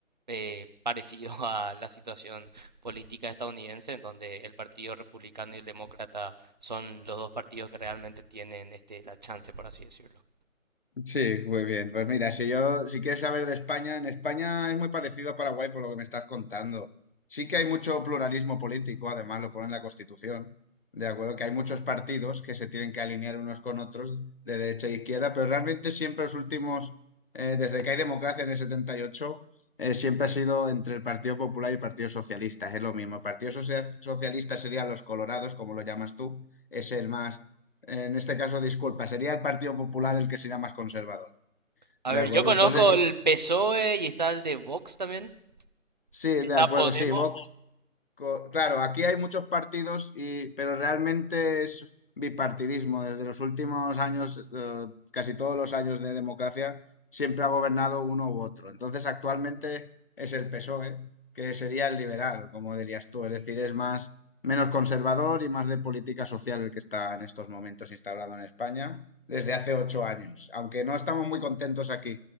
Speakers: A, on the right (about 35°); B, on the left (about 40°).
A: eh, parecido <laughs> a la situación política estadounidense, en donde el Partido Republicano y el Demócrata son los dos partidos que realmente tienen este, la chance, por así decirlo.
B: Sí, muy bien. Pues mira, si yo, si quieres saber de España, en España es muy parecido a Paraguay por lo que me estás contando. Sí que hay mucho pluralismo político, además lo pone en la Constitución, de acuerdo, que hay muchos partidos que se tienen que alinear unos con otros de derecha e izquierda, pero realmente siempre los últimos, eh, desde que hay democracia en el 78, eh, siempre ha sido entre el Partido Popular y el Partido Socialista, es lo mismo. El Partido Socia- Socialista serían los colorados, como lo llamas tú, es el más en este caso, disculpa, sería el Partido Popular el que sería más conservador.
A: A
B: ¿De
A: ver,
B: acuerdo?
A: yo conozco
B: Entonces,
A: el PSOE y está el de Vox también.
B: sí,
A: Está
B: de acuerdo,
A: Podemos.
B: sí, no, Vox Co- Claro, aquí hay muchos partidos, y, pero realmente es bipartidismo. Desde los últimos años, eh, casi todos los años de democracia, siempre ha gobernado uno u otro. Entonces, actualmente es el PSOE, que sería el liberal, como dirías tú. Es decir, es más, menos conservador y más de política social el que está en estos momentos instalado en España desde hace ocho años. Aunque no estamos muy contentos aquí,